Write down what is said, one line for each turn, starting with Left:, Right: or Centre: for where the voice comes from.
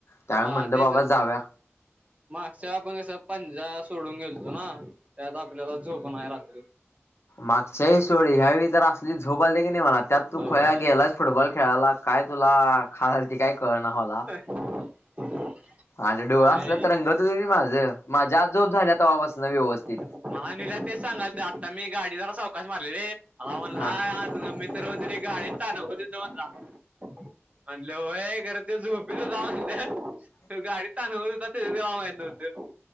Left: त्यामूळ
Right: हा
Left: म्हणलं
Right: तेच
Left: बाबां जाउया.
Right: मागच्या वेळेसं आपणं कसं पंजा सोडूंन गेलतो नां त्यांत आपल्यांला झोप नाहीं रात्री.
Left: मागच्यांवेळी सोड ह्यांवेळी तर असली झोप अलती की नाहीं त्यांत तूं
Right: होय.
Left: खुळ्या गेलांस. फुटबॉल खेळायंला कायं तुंला खांज आलती कायं कळणं मलां
Right: <unintelligible>
Left: माझां डोळं
Right: आहे
Left: असलां रंगत होते माझं माझ्यां आंज जोब झाल्यां तवा पसणं व्यवस्थित.
Right: ''हां'' निलां तेचं सांगाल आंता मी गांडी जरां चवकाश मारले रे मला म्हणला.
Left: हा
Right: सर्वजणी गांडीत तांणवलत होती म्हणला. म्हटलं होयं खरं ते झोपीत होता म्हणलं. गाडीत तांनत होतं ते बी आम्हाला माहित नव्हतं.